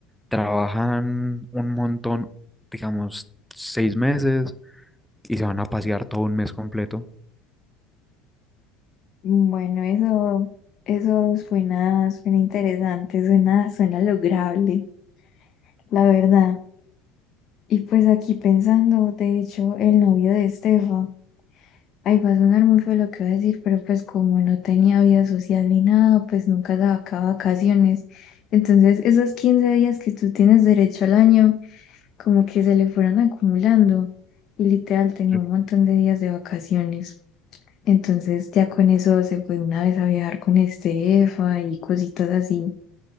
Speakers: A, in the centre; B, on the left.
A: trabajan un montón, digamos, seis meses y se van a pasear todo un mes completo.
B: Bueno, eso, eso suena, suena interesante, suena, suena lograble, la verdad. Y pues aquí pensando, de hecho, el novio de Estefa, ahí va a sonar muy feo lo que voy a decir, pero pues como no tenía vida social ni nada, pues nunca sacaba vacaciones. Entonces, esos 15 días que tú tienes derecho al año, como que se le fueron acumulando y literal
A: <laughs>
B: tenía un montón de días de vacaciones. Entonces, ya con eso se fue una vez a viajar con Estefa y cositas así.